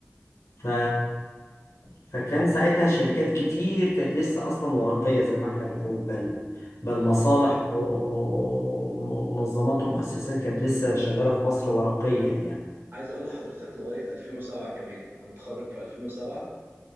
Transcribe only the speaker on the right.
ده
عايز اقول لحضرتك لغاية 2007 كمان انا متخرج في 2007